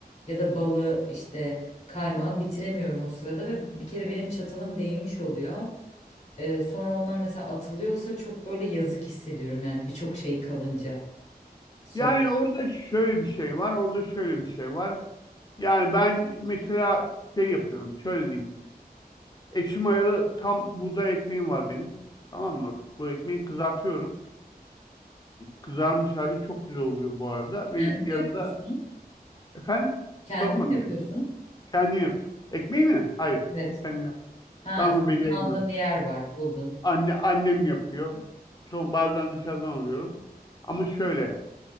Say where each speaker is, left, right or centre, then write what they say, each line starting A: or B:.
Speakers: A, on the left; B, on the left.
A: Ya da balı işte kaymağı bitiremiyorum o sırada ve bir kere benim çatalım değmiş oluyor. Ee, sonra onlar mesela atılıyorsa çok böyle yazık hissediyorum yani birçok şey kalınca. Sof.
B: Yani orada şöyle bir şey var, orada şöyle bir şey var. Yani ben mesela şey yapıyorum, şöyle diyeyim. Ekşi mayalı tam buğday ekmeğim var benim. Tamam mı? Bu ekmeği kızartıyorum. Kızarmış hali çok güzel oluyor bu arada. Ve
A: Kendin
B: yanında,
A: mi yapıyorsun?
B: efendim,
A: Kendin
B: tost makinesi.
A: mi yapıyorsun?
B: Kendim yap. Ekmeği mi? Hayır.
A: Evet.
B: Kendim yap.
A: Ha,
B: Ben onu beceremiyorum.
A: aldığın bir yer var, buldun.
B: Anne, annem yapıyor. Çok, bazen dışarıdan alıyorum. Ama şöyle.